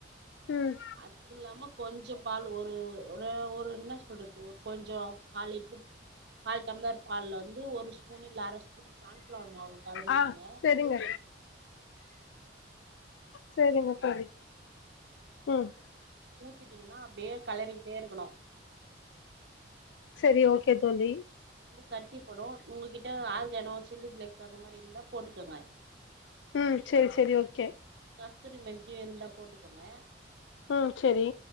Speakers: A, on the left (about 75°); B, on the right (about 60°).
A: ம்
B: அது இல்லாம கொஞ்சம் பால் ஒரு ஒரு ஒர ஒரு என்ன சொல்லரது ஒரு கொஞ்சோ காலே கால் டம்ளர் பால்ல வந் ந்து ஒரு ஸ்பூன் இல்ல அரை ஸ்பூன் கான்பிளவர் மாவு கலந்துகங்க
A: ஆ செரிங்க செரிங்க தோழி உம்
B: ஊத்திட்டீங்கன்னா அப்படியே கலருயிட்டே இருக்கணும்
A: செரி ஓகே கேதோழி
B: கட்டிப்படும் உங்ககிட்ட ஆர்கானோ சில்லி பிளேக்ஸ் அந்த மாரி இருந்தா போட்டுக்கோங்க
A: ம் செரி சரி ஓகே
B: கஸ்தூரி மேதியும் இருந்தா போட்டுக்கோங்க
A: உம் செரி